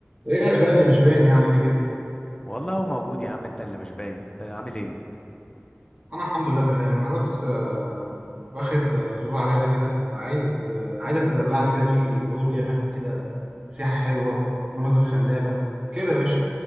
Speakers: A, on the right; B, on the left.
A: ايه يا غالي مش باين يعني ليه كده
B: والله هو موجود يا عم انت اللي مش باين انت عامل ايه
A: انا الحمد لله تمام انا بس آه، واخد اسبوع اجازه كده عايز آه، عايزك تدلعني كده فيه تقول لي اماكن كده سياحه حلوه مناظر خلابه كده يا باشا